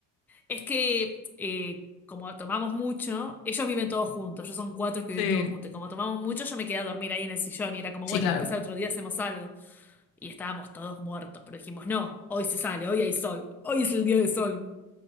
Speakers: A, in the centre; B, on the left.
A: Es que eh, como tomamos mucho, ellos viven todos juntos, ellos son cuatro que viven
B: Sí.
A: todos juntos, y como tomamos mucho, yo me quedé a dormir ahí en el sillón y era como,
B: Sí,
A: bueno,
B: claro.
A: después al otro día hacemos algo. Y estábamos todos muertos, pero dijimos, no, hoy se sale, hoy hay sol, hoy es el día de sol.